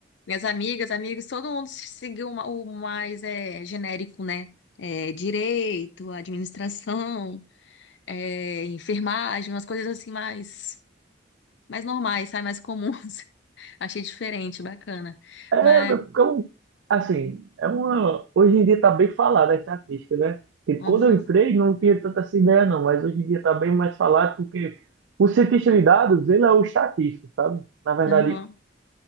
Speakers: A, on the left; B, on the right.
A: Minhas amigas, amigos, todo mundo seguiu uma- o mais é, genérico, né? É, direito, administração. é, enfermagem, umas coisas assim mais, mais normais, sabe? Mais comuns. <laughs> Achei diferente, bacana.
B: É,
A: Mas,
B: porque eu, assim, é uma, hoje em dia está bem falada a estatística, né? Porque
A: aham,
B: quando eu entrei não tinha tanta essa ideia não, mas hoje em dia está bem mais falado porque o cientista de dados, ele é o estatístico, sabe? Na verdade,
A: aham,